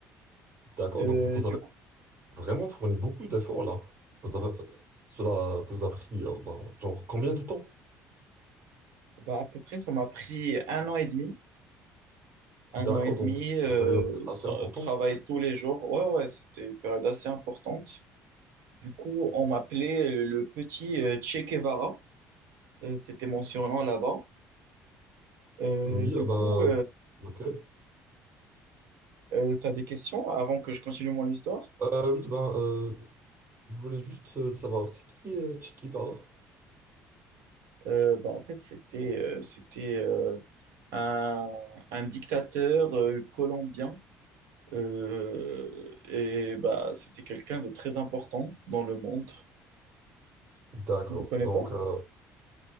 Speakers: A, on the right; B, on the right.
A: D'accord,
B: Euh,
A: donc vous
B: du
A: avez
B: coup,
A: vraiment fourni beaucoup d'efforts là. Vous avez, cela vous a pris, euh, bah, genre, combien de temps?
B: bah, à peu près, ça m'a pris un an et demi. Un
A: D'accord,
B: an et demi,
A: donc c'est
B: euh,
A: une période assez
B: sans-
A: importante.
B: travail tous les jours. Ouais, ouais, c'était une période assez importante. Du coup, on m'appelait euh, le petit euh, Che Guevara. Euh, c'était mon surnom là-bas. Euh,
A: Oui,
B: du
A: ah bah,
B: coup,
A: ok.
B: tu as des questions avant que je continue mon histoire?
A: Euh, oui, ben, euh, je voulais juste euh, savoir, c'est qui euh, Che Guevara?
B: Euh, bah, en fait, c'était euh, c'était euh, un, un dictateur euh, colombien. Euh, et bah, c'était quelqu'un de très important dans le monde.
A: D'accord.
B: Tu ne connais
A: Donc,
B: pas?
A: euh,